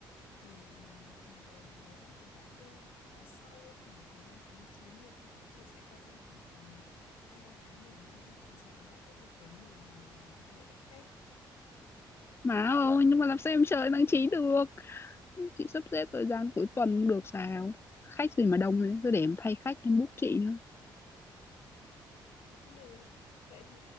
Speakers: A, on the left (about 80°); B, on the left (about 25°).
A: thì mọi người mới bắt đầu vãn đi và sau khoảng thời gian tháng 9 thì chị chị sẽ có tầm khoảng tầm hai ba tháng nghỉ ngơi và sau đó lại tiếp tục đến mùa lễ Tết
B: Mà ôi, nhưng mà làm sao em chờ tháng 9 được? Chị sắp xếp thời gian cuối tuần không được sao? Khách gì mà đông thế, cứ để em thay khách, em book chị nữa.
A: cũng được. Vậy thì